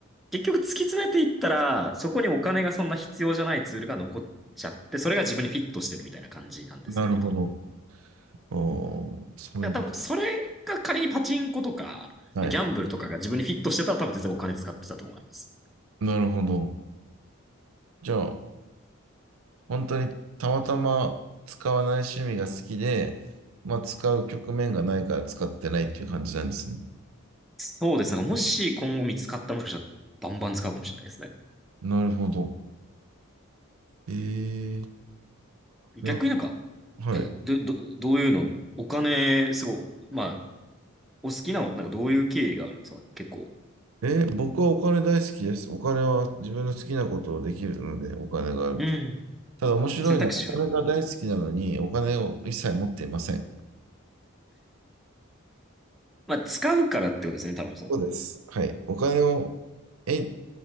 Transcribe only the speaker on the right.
なるほど。
おー、そういうこ
と。はい。
なるほど。じゃあ、本当にたまたま使わない趣味が好きで、まあ使う局面がないから使ってないっていう感じなんですね。
なるほど。えー、な
はい。
え、僕はお金大好きです。お金は自分の好きなことをできるので、お金があると。
ただ面白いのは、
お金が大好きなのに、お金を一切持っていません。
そうです。はい。お金を、え、